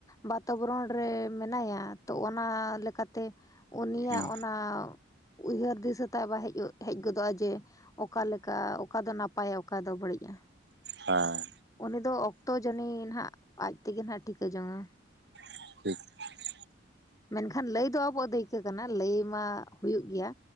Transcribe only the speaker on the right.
ᱦᱮᱸ
ᱦᱮᱸ,
<unintelligible>